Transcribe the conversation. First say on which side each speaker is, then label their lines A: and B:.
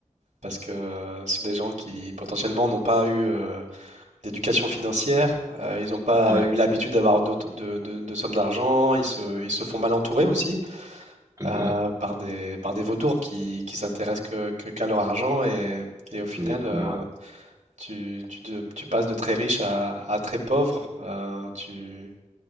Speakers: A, on the right; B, on the right.
A: parce que euh, c'est des gens qui potentiellement n'ont pas eu euh, d'éducation financière, euh, ils n'ont pas
B: Ouais,
A: eu l'habitude d'avoir d'autres- de, de- de sommes d'argent, ils se, ils se font mal entourer aussi
B: ouais,
A: euh, par des, par des vautours qui, qui s'intéressent que, que- qu'à leur argent et, et au final,
B: exactement,
A: euh,
B: ouais.
A: tu, tu, de- tu passes de très riche à, à très pauvre. euh, tu,